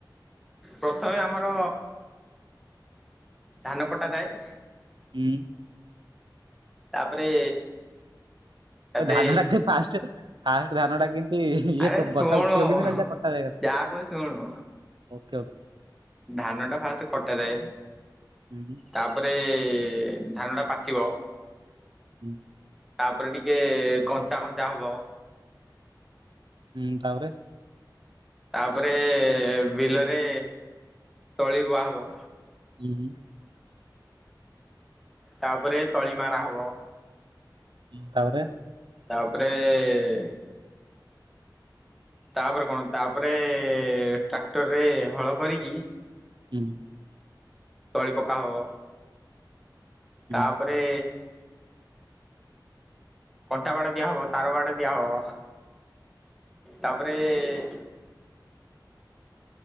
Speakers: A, in the centre; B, on the right.
A: ପ୍ରଥମେ ଆମର ଧାନ କଟା ଯାଏ।
B: ହୁଁ।
A: ତାପରେ ତତେ
B: ଧାନ ଟା ଫାଷ୍ଟ ଫାଷ୍ଟ ଧାନ ଟା କେମିତି ଇଏ
A: ଆରେ ଶୁଣୁ।
B: ଗଛଟା ଉଠିବ କେମିତି ନା ସେଟା କଟା ଯାଏ
A: ଯା କହୁଛି ଶୁଣୁ।
B: ଓକେ ଓ
A: ଧାନଟା ଫାଷ୍ଟ କଟାଯାଏ।
B: ହୁଁ ହୁଁ।
A: ତାପରେ ଧାନଟା ପାଚିବ।
B: ହୁଁ ହୁଁ।
A: ତାପରେ ଟିକେ କଞ୍ଚା କଞ୍ଚା ହବ।
B: ହୁଁ ତା ପରେ
A: ତାପରେ ବିଲରେ ତଳି ରୁଆହବ।
B: ହୁଁ ହୁଁ।
A: ତାପରେ ତଳିମାରା ହବ।
B: ହୁଁ ତାପରେ।
A: ତାପରେ ଏ ଏ ତାପରେ କଣ ତାପରେ ଟ୍ରାକ୍ଟରରେ ହଳ କରିକି
B: ହୁଁ।
A: ତଳି ପକା ହେବ
B: ହୁଁ।
A: ତାପରେ କଣ୍ଟା ବାଡ ଦିଆ ହବ ତାର ବାଡ ଦିଆହବ ତାପରେ ଏ ଏ